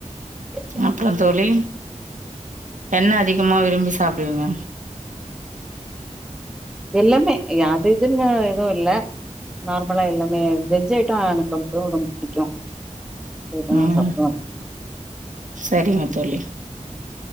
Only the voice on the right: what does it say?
அப்றோ தோழி என்ன அதிகமா விரும்பி சாப்டுவிங்க
உம்
செரிங்க தோழி